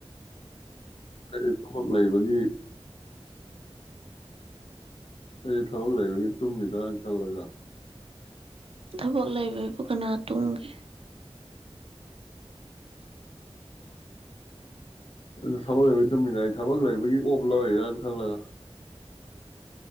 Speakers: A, on the left; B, on the right.
A: ꯀꯔꯤ ꯂꯩꯕꯒꯤ ꯑꯩ ꯊꯕꯛ ꯂꯩꯕꯒꯤ ꯇꯨꯝꯃꯤꯗ꯭ꯔ ꯈꯜꯂꯒ
B: ꯊꯕꯛ ꯂꯩꯕꯕꯨ ꯀꯅꯥ ꯇꯨꯡꯒꯦ
A: ꯑꯗꯨ ꯊꯕꯛ ꯂꯩꯕꯒꯤ ꯇꯨꯝꯃꯤꯟꯅꯏ ꯊꯕꯛ ꯂꯩꯕꯒꯤ ꯑꯣꯞ ꯂꯧꯔꯤꯔꯅ ꯈꯜꯂꯒ